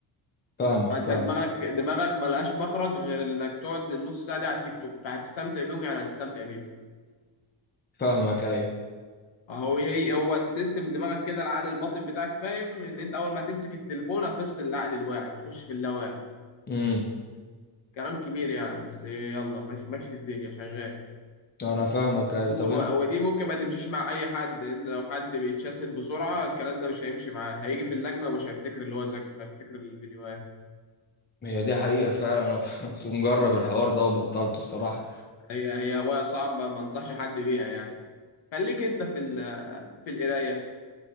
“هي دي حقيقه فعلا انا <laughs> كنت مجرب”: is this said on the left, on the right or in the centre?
Left